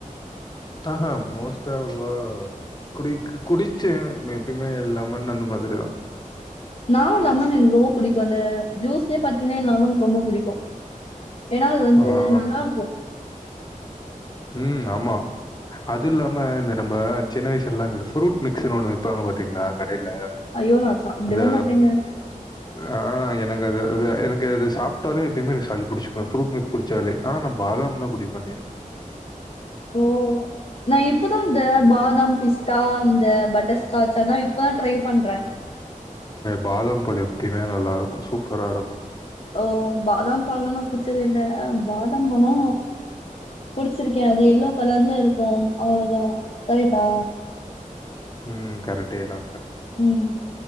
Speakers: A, on the left (about 30°); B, on the left (about 45°).
A: ஆஹா மோஸ்டா அவ்ளவா குடி குடிச்சு எப்பயுமே லெமன் அந்த மாதிரிதா
B: நானு லெமன் எனக்கு ரொம்ப புடிக்கு அந்த ஜூஸ்யே பாத்தீங்கன்னா லெமன் ரொம்ப புடிக்கு ஏன்னா அது வந்து
A: ஆஹா.
B: நல்லா இருக்கு
A: ம் ஆமா அதுல்லாம இந்த நம்ப சின்ன வயசுல்லா இந்த ஃப்ரூட் மிக்ஸ்ன்னு ஒன்னு வெப்பாங்க பாத்திங்ளா கட் டைல
B: ஐயோ நான் சாப்பிடவே
A: அந்த
B: மாட்டேங்க
A: ஆ எனக்கு அந்த ல எனக்கு அது சாப்டாலே எப்பயுமே எனக்கு சளி புடிச்சுக்கு ஃப்ரூட் மிக்ஸ் குடுச்சாலே ஆனா நா பாதாம் தா குடிப்பனே
B: ஓ நா இப்பதா இந்த பாதாம் பிஸ்தா இந்த பட்டர் ஸ்காட்ச் அதா இப்பதா ட்ரை பண்ற
A: பாதம்பால் எப்பயுமே நல்லா இருக்கு சூப்பரா இருக்கு
B: ஓ பாதாம் பால்லா நா குச்சதேல்ல இல்ல பாதாம் பாலு குடிச்சிருக்கே அது எல்லோ கலர்ல இருக்கு அவ்ளோதா கரெட்டா
A: ம் கரெட்டே தா
B: ம்